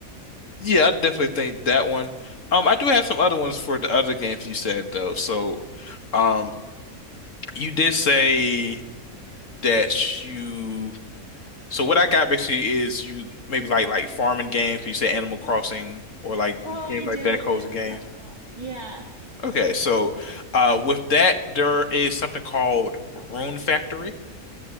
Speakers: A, on the left (about 55°); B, on the right (about 15°).
A: Yeah, I definitely think that one. Um, I do have some other ones for the other games you said though. So, um, you did say that you. So what I got basically is you maybe like like farming games. Could you say Animal Crossing or like
B: Oh,
A: games
B: I do
A: like that,
B: love
A: cozy
B: Animal
A: games?
B: Crossing a lot. Yeah.
A: Okay, so uh, with that, there is something called Rune Factory,